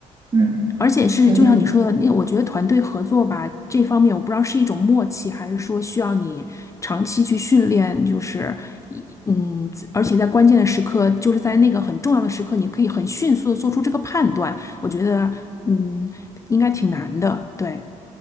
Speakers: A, on the right; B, on the left.
A: 嗯，
B: 而且是，
A: 有点。
B: 就像你说的，因为我觉得团队合作吧，这方面我不知道是一种默契，还是说需要你长期去训练，就是一，嗯，而且在关键的时刻，就是在那个很重要的时刻，你可以很迅速的做出这个判断。我觉得，嗯，应该挺难的。对，